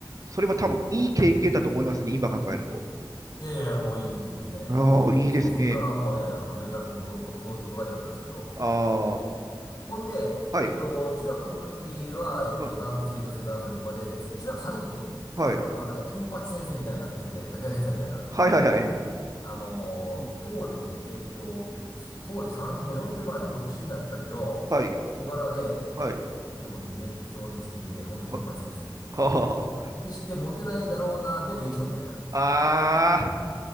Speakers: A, on the right; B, on the left.
A: それは多分いい経験だと思いますね、今考えると。
B: いやいや、もういい経験ですね。
A: ああ、
B: もう、
A: いいですね。
B: ちょっとそっからもうね、あの連絡も滞こ、と途絶えちゃったんですけど。
A: あ
B: ほんで、
A: あ、はい、
B: えっと、中学の時は、えっと、
A: ま
B: 男性、女性、男性の順番で、で、中学3年の時、またこれがね、
A: はい、
B: 金八先生みたいな先生で、武田先生みたいな、
A: はいはいはい、
B: あのー当時、
A: うん、
B: えっと、当時3、もう40前で独身だったけど、
A: はい、
B: 小柄で、
A: はい、
B: でも熱情熱的で、ほんと金八先生。
A: は、は
B: でして、モテないだろうな、でもいい人みたいな。
A: あ、<laughs> あー